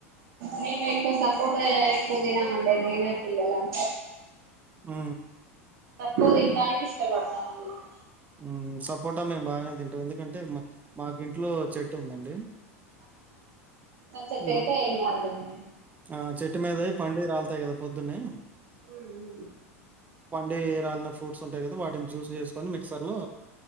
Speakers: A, on the right; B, on the right.
A: మేము ఎక్కువ సపోర్ట్ ఎక్కువ తినమండి నేను పిల్లలం.
B: ఆ
A: తక్కువ తినడానికి ఇష్టపడతామ్ అన్మాట.
B: హ్మ్ సపోటాలు మేము బాగానే తింటాం ఎందుకంటే మాకి ఇంట్లో చెట్టు ఉందండి.
A: చెట్టైతే
B: హ్మ్.
A: ఏం కాదులేండి.
B: ఆ చెట్టు మీదయి పండి రాల్తాయి కదా పొద్దున్నే.
A: హ్మ్ హు
B: పండి రాలిన ఫ్రూట్స్ ఉంటయి కదా వాటిని జ్యూస్ చేసుకొని మిక్సర్ లో